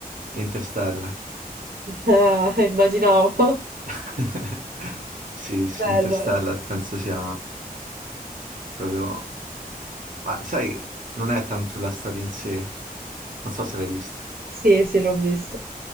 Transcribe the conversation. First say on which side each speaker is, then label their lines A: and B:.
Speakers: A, on the right (about 55°); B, on the right (about 80°).
A: Interstellar.
B: Ah, <laughs> immaginavo.
A: <laughs> Sì, sì,
B: Bello.
A: Interstellar penso sia proprio... Ma sai, non è tanto la storia in sé, non so se l'hai visto.
B: Sì, sì, l'ho visto.